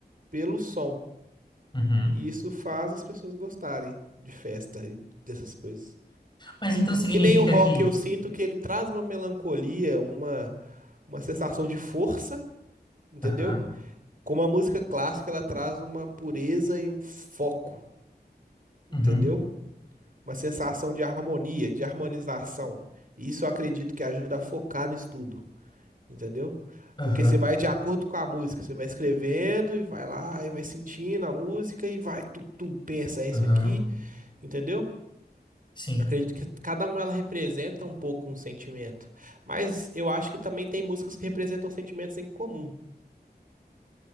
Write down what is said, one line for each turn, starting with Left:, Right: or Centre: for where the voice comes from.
Right: pelo som,
Left: uhum.
Right: e isso faz as pessoas gostarem de festa e dessas coisas.
Left: Mas então significa
Right: Que nem o rock,
Left: que...
Right: eu sinto que ele traz uma melancolia, uma, uma sensação de força, entendeu?
Left: Aham,
Right: Como a música clássica, ela traz uma pureza e um foco, entendeu?
Left: uhum,
Right: Uma sensação de harmonia, de harmonização. E Isso eu acredito que ajuda a focar no estudo, entendeu?
Left: aham,
Right: Porque você vai de acordo com a música, você vai escrevendo e vai lá e vai sentindo a música e vai, tu, tu, pensa, é isso
Left: aham.
Right: aqui, entendeu?
Left: Sim.
Right: Eu acredito que cada uma ela representa um pouco um sentimento. Mas eu acho que também tem músicas que representam sentimentos em comum.